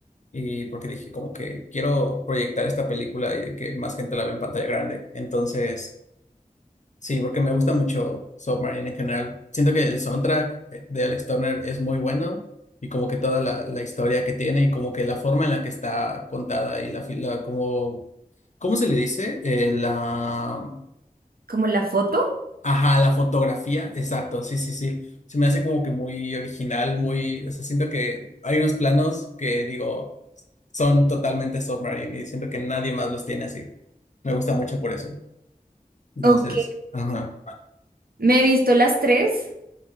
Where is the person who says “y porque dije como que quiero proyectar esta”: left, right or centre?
Left